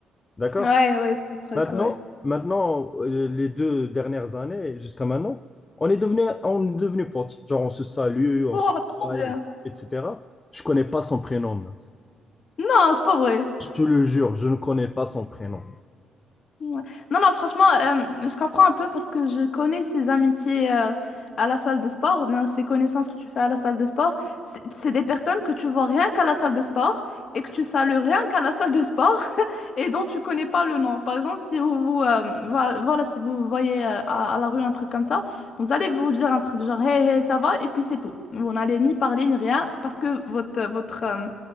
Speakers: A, on the left; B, on the left.
A: D'accord?
B: ouais, ouais, je vois le truc,
A: Maintenant,
B: ouais.
A: maintenant euh, les deux dernières années, jusqu'à maintenant, on est devenu, on est devenu potes. Genre, on se salue, on
B: Oh,
A: se
B: trop
A: travaille,
B: bien.
A: etc. Je connais pas son prénom, meuf.
B: Non, c'est pas vrai.
A: Je te le jure, je ne connais pas son prénom.
B: Ouais. Non, non, franchement, euh, je comprends un peu parce que je connais ces amitiés euh, à la salle de sport ou bien ces connaissances que tu fais à la salle de sport. C'est c'est des personnes que tu vois rien qu'à la salle de sport et que tu salues rien qu'à la salle de sport <laughs> et dont tu connais pas le nom. Par exemple, si vous, vous, euh, voi- voilà, si vous voyez euh, à, à la rue un truc comme ça, vous allez vous dire un truc du genre hey, hey, ça va et puis c'est tout. Vous n'allez ni parler ni rien parce que votre, votre, euh,